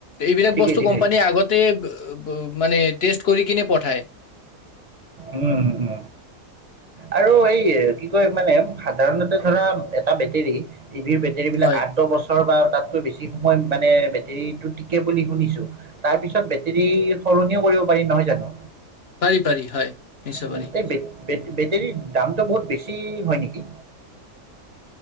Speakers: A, on the left; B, on the right.
A: এইবিলাক
B: ঠিকেই
A: বস্তু
B: ঠিকেই
A: কোম্পানীৰ আগত তে ব ব মানে টেষ্ট কৰি কিনে পঠায়।
B: উম উম। আৰু এই কি কয় মানে সাধাৰণতে ধৰা এটা বেটেৰী টিভিৰ বেটেৰীবিলাক
A: হয়
B: আঠ, দহ বছৰ বা তাতকৈ বেছি সময় মানে বেটেৰীটো টিকে বুলি শুনিছো। তাৰ পিছত বেটেৰী সলনিও কৰিব পাৰি নহয় জানো?
A: পাৰি পাৰি হয়। নিশ্চয়
B: হোম
A: পাৰি।
B: এই বেট বেট বেটেৰীৰ দামটো বহুত বেছি হয় নেকি?